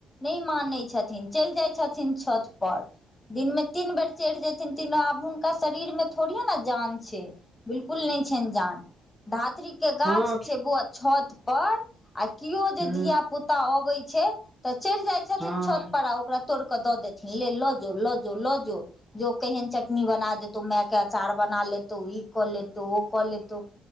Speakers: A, on the left; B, in the centre.
A: नै मानै छथिन चैल जाइ छथिन छत पर दिनमे तीन बेर चढ़ि जयथिन तन आब हुनका शरीर मे थोड़ीेये न जान छै बिलकुल नै छैन जान धात्री के गाछ
B: हँ
A: छै बौआ छत पर आ केओ जे
B: ह
A: धिया पुता अबैत छै तऽ चढ़ि जाइ छथिन
B: हँ
A: छत पर आ ओकरा तोड़ कऽ दऽ देथि ले ल जो ल जो ल जो जो कहिएन चटनी बना देतो म‌ए क अचार बना लेतहु ई कऽ लेतहु ओ कऽ लेतहु